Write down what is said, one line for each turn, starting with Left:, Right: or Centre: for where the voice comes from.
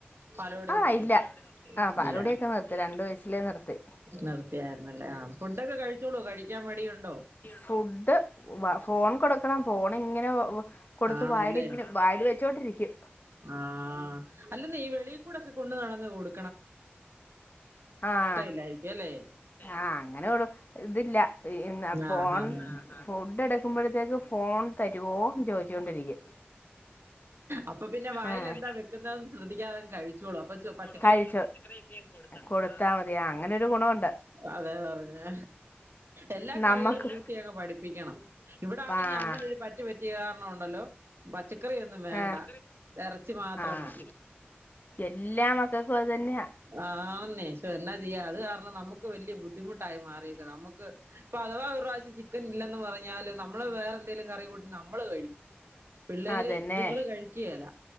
Right: പാലുകുടി
Left: ആഹ്
Right: നിർത്തിയോ
Left: ഇല്ല ആഹ് പാലുകുടിയൊക്കെ
Right: ഇല്ല
Left: നിർത്തി രണ്ട് വയസ്സിലേ നിർത്തി
Right: നിർത്തിയായിരുന്നല്ലേ ആഹ് ഫുഡൊക്കെ കഴി ച്ചോളോ കഴിക്കാൻ മടിയുണ്ടോ
Left: ഫുഡ് ഫോൺ കൊടുക്കണം ഫോൺ ഇങ്ങനെ കൊടുത്ത്
Right: ആണല്ലേ
Left: വായലിങ്ങനെ വായില് വെച്ചോണ്ടിരിക്കും
Right: ആഹ് അല്ലെന്ന ഈ വെളിയിൽക്കൂടൊക്കെ കൊണ്ട് നടന്ന് കൊടു
Left: ആഹ്
Right: ഇല്ലായിരിക്കും അല്ലേ
Left: ആഹ് അങ്ങനെ കൊടു ഇതില്ലാ ഫോൺ
Right: ആഹ് ആഹ്
Left: ഫുഡ് എടുക്കുമ്പോഴത്തേക്ക് ഫോൺ തരുവോന്ന് ചോദിച്ചോണ്ടിരിക്കും
Right: അപ്പൊ പിന്നെ വായിൽ
Left: ആഹ്
Right: എന്താ വെക്കുന്നെന്ന് ശ്രദ്ധിക്കാതെ കഴി ച്ചോളും <unintelligible>
Left: കഴിച്ചു കൊടുത്താ മതി അങ്ങനൊരു ഗുണമുണ്ട്
Right: അതെ പറഞ്ഞേ എല്ലാ കറികളും
Left: നമ്മക്ക്
Right: കൂട്ടി അങ്ങ് പഠിപ്പിക്കണം ഇവിടാണെങ്കിൽ
Left: ആഹ്
Right: അങ്ങനെ ഒരു പറ്റ് പറ്റ റ്റിയ കാരണം ഉണ്ടല്ലോ പച്ചക്കറി ഒന്നും വേണ്ട
Left: ആഹ്
Right: ഇറച്ചി മാത്രം
Left: ആഹ്
Right: മതി
Left: എല്ലാ മകക്കും അത് തന്ന്യാ
Right: ആന്നേ ശ്ശോ എന്നാ ചെയ്യാനാ അത് ആന്നെ പക്ഷെ എന്നാ ചെയ്യ അത് കാര്ണം നമുക്ക് വലിയ ബുദ്ധിമുട്ടായി മാറിയേക്ക നമക്ക് ഇപ്പൊ അഥവാ ഒരു പ്രാവശ്യം ചിക്കൻ ഇല്ലെന്ന് പറഞ്ഞാല് നമ്മള് വേറെ എന്തേലും കറി കൂട്ടി നമ്മ മ്മള് കഴിക്കും പിള്ളേര്
Left: അതന്നെ
Right: ഇതുങ്ങള് കഴിക്കേല